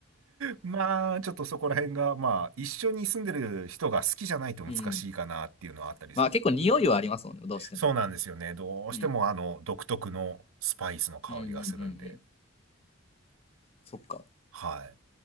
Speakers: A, on the right; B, on the left.
A: まあ、ちょっとそこら辺が、まあ、一緒に住んでる人が好きじゃないと難しいかなっていうのはあったりする。
B: うん。まあ結構匂いはありますもんね、どうしても。
A: そうなんですよね。どうしてもあの、
B: うん。
A: 独特のスパイスの香りがするんで。
B: うんうんうんうん。そっか。
A: はい。